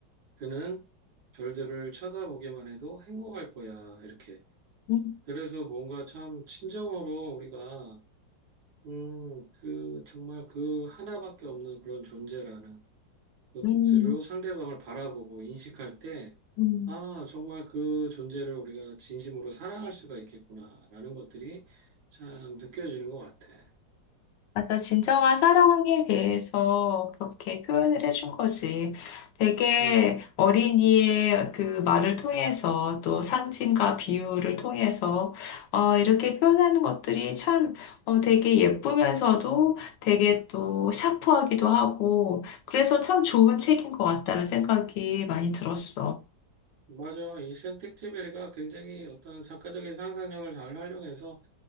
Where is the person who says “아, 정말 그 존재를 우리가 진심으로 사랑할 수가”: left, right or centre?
Right